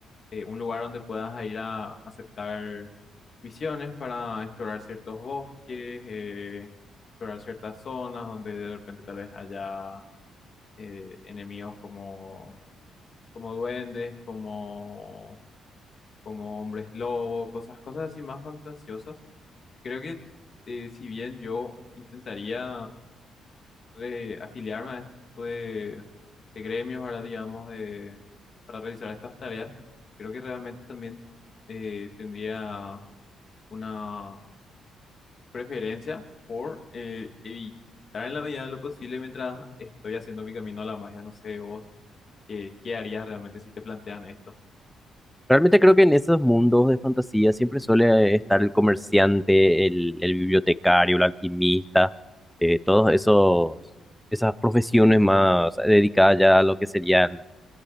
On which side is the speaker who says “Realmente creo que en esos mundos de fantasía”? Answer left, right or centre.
Centre